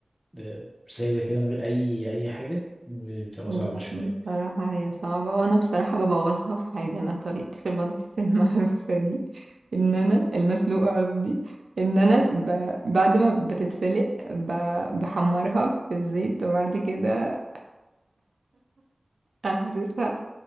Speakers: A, in the centre; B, on the right (about 85°).
A: آه، ساده كده من غير اي اي حاجه بتبقى
B: لا،
A: صعبه شويه
B: بصراحة هي صعبة وأنا بصراحة ببوظها في حاجة أنا طريقتي في البطاطس <laughs> المهروسة دي إن أنا المسلوقة قصدي إن أنا ب... بعد ما بتتسلق ب... بحمرها في الزيت وبعد كده أهرسها